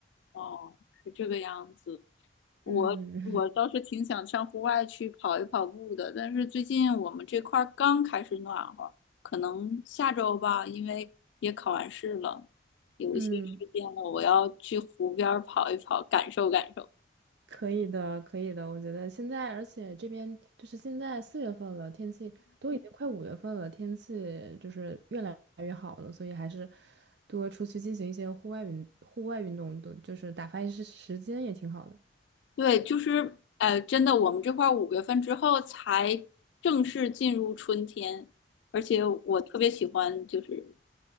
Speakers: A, on the left; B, on the right.
A: 哦，是这个样子。我我倒是挺想上户外去跑一跑步的，
B: 嗯
A: 但是最近我们这块儿刚开始暖和，可能下周吧，因为也考完试了，有一些时间了，
B: <laughs> 嗯。
A: 我要去湖边儿跑一跑，感受感受。
B: 可以的，可以的。我觉得现在，而且这边就是现在四月份了，天气都已经快五月份了，天气就是越来越好了，所以还是多出去进行一些户外运户外运动都就是打发一些时间也挺好的。
A: 对，就是呃，真的，我们这块儿五月份之后才正式进入春天，而且我特别喜欢就是